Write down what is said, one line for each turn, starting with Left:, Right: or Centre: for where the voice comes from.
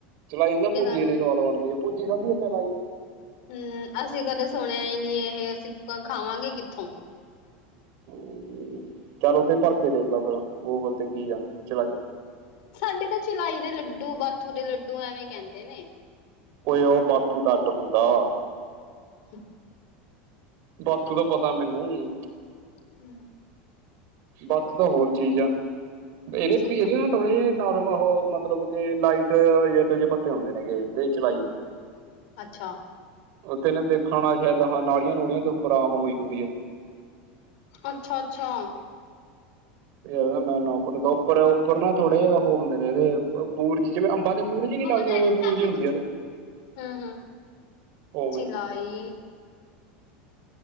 Right: ਚਲਾਈ
Left: ਠੀਕ
Right: ਨਾ ਭੂਜੀ
Left: ਆ
Right: ਨੀ ਸਵਾਦ ਬਣਦੀ ਹੈ ਭੂਜੀ ਖਾਧੀ ਆ ਚਲਾਈ
Left: ਹੂੰ ਅਸੀਂ ਕਦੇ ਸੁਣਿਆ ਹੀ ਨਹੀਂੀ ਇਹ ਅਸੀਂ ਖਾਵਾਂਗੇ ਕਿੱਥੋਂ।
Right: ਹੂੰ ਚੱਲ ਤੇ ਭਰ ਕੇ ਦੇਖ ਲਓ ਫੇਰ ਗੂਗਲ ਤੇ ਕੀ ਆ ਚਲਾਈ।
Left: ਸਾਡੇ ਤਾਂ ਚਲਾਈ ਦੇ ਲੱਡੂ ਬਾਥੂ ਦੇ ਲੱਡੂ ਐਵੇਂ ਕਹਿੰਦੇ ਨੇ।
Right: ਓਏ ਉਹ ਬਾਥੂ ਅੱਡ ਹੁੰਦਾ
Left: ਹੂੰ
Right: ਬਾਥੂ ਦਾ ਪਤਾ ਮੈਨੂੰ।
Left: ਹੂੰ
Right: ਬਾਥੂ ਤਾਂ ਹੋਰ ਚੀਜ਼ ਆ ਇਹਦੇ
Left: ਸੁੱਖ
Right: ਇਹਦੇ ਨਾਲ ਥੋੜੇ ਜਹੇ ਨਰਮ ਮਤਲਬ ਕੇ ਲਾਈਟ ਯਲੋ ਜ ਪੱਤੇ ਹੁੰਦੇ ਨੇਗੇ ਦੇ ਚਲਾਈ ਦੇ।
Left: ਅੱਛਾ
Right: ਉਹ ਤਨੇ ਦੇਖਣ ਨਾਲ ਸ਼ਾਇਦ ਨਾਲੀਆਂ ਨੂੜੀਆਂ ਦੇ ਉੱਪਰ ਆਮ ਹੋਈ ਹੁੰਦੀ ਇਹ
Left: ਅੱਛਾ, ਅੱਛਾ
Right: ਯਾਰ ਮੈਂ ਉੱਪਰ ਉਪਰ ਨਾ ਥੋੜ੍ਹੇ ਜਿਹੇ ਉਹ ਹੁੰਦੇ ਨੇ ਬੁਰਜੀ ਜਿਵੇਂ ਅੰਬਾਂ ਦੇ ਬੂਰਜ ਨਹੀਂ
Left: ਮੰਮਾ
Right: ਲੱਗਦੇ
Left: ਡੈਡੀ
Right: ਉਵੇਂ
Left: ਨੂੰ
Right: ਬੂਰਜ
Left: ਜਾ ਕੇ
Right: ਹੁੰਦੀ
Left: ਪੁੱਛ
Right: ਆ ਇਹਦੇ
Left: ਹੂੰ ਹੂੰ
Right: ਉਵੇਂ
Left: ਚਲਾਈ